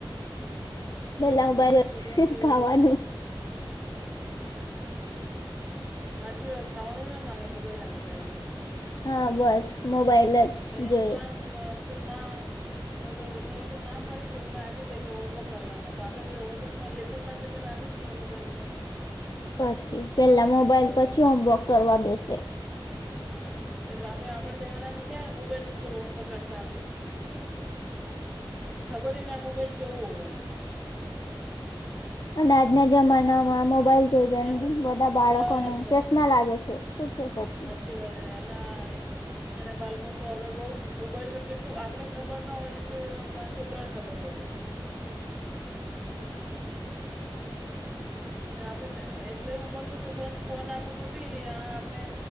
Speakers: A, on the left; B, in the centre.
A: પેલા હું બજ
B: છોકરાને તો
A: ખાવાનું.
B: એવું છે હાચી વાત ખાવાનું ના માગે મોબાઈલ હાલ તોને.
A: હા બસ મોબાઈલ જ.
B: મયા
A: જોઈએ
B: તો નામ ફજ ના. મોબાઈલહીયા તો નામ પડી ગયું એટલે લીધે કે હોમવર્ક કરવાના તો આપણે બધી હોમવર્કમાં લેસનમાં બા આ આપૂણા મોબાઈલ તો.
A: પછી પેલા મોબાઈલ પછી હોમવર્ક કરવા બેસે.
B: હા આપડે આપણ જવાના ક્યા મોબાઈલ ઉપર હોમવર્ક કરતા આપે.
A: <inaudible>
B: ખબરને આ મોબાઈલ કેવું હોવેય.
A: અને આજના જમાનામાં મોબાઈલ જોજન
B: એમ તો
A: બધા બાળકોને
B: બસ
A: ચશ્મા લાગે છે શું છે પછી.
B: આતીવાજ ના. એના બાળકોને તો હવે બઉ મોબાઈલમાં કેટલું આપણે ખબર ના હોય જેટલું છોકરાને ખબર હોય.
A: <unintelligible>
B: ને આપડણે એટલે ઉંમર મે છોકરાને ફોન આપો તો ભી આપણે